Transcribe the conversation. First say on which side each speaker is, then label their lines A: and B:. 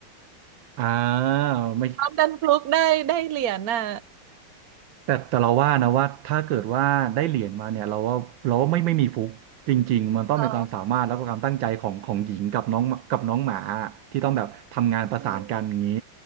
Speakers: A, on the right; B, on the right.
A: <laughs> อ่า
B: <laughs>
A: ไม่
B: น้องดันฟลุกได้ได้เหรียญน่ะ
A: แต่แต่เราว่านะว่าถ้าเกิดว่าได้เหรียญมาเนี่ยเราว่าเราว่าไม่ไม่มีฟุกจริงๆมันต้องเป็นความสามารถแล้วก็ความตั้งใจของของหญิงกับน้องกับน้องหมา
B: เหรอ
A: ที่ต้องแบบทำงานประสานกันอย่างนี้
B: อืม <laughs>